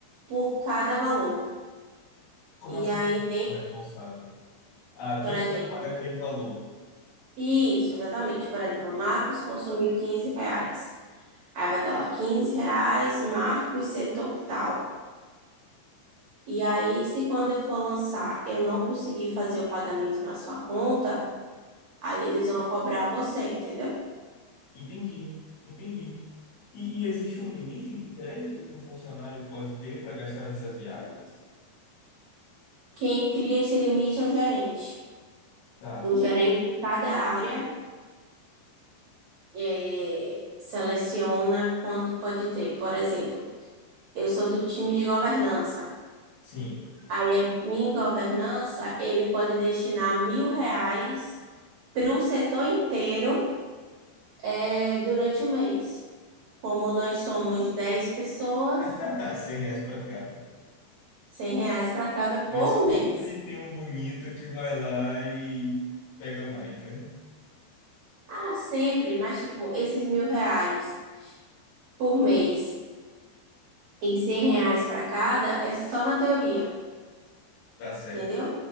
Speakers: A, on the right; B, on the left.
A: por cada valor.
B: Como assim?
A: E aí,
B: É o responsável. Ah, quem
A: Por exemplo,
B: é que vai pagar aquele valor?
A: isso, exatamente. Por exemplo, Marcos consumiu 15 reais. Aí vai estar lá, 15 reais, Marcos, setor tal. E aí, se quando eu for lançar, eu não conseguir fazer o pagamento na sua conta, aí eles vão cobrar você, entendeu?
B: Entendi, entendi. E, e existe um limite de crédito que o funcionário pode ter para gastar nessas viagens?
A: Quem cria esse limite é o gerente.
B: Tá,
A: O gerente de cada área eh, seleciona quanto pode ter. Por exemplo, eu sou do time de governança.
B: sim.
A: Aí, aqui em governança, ele pode destinar mil reais para o setor inteiro é, durante o mês. Como nós somos 10 pessoas,
B: <laughs> 100 reais para cada.
A: 100 reais para cada por
B: Mas
A: mês.
B: sempre tem um bonito que vai lá e pega mais, né?
A: Ah, sempre, mas tipo, esses mil reais por mês e 100 reais para cada é só na teoria,
B: Tá certo,
A: entendeu?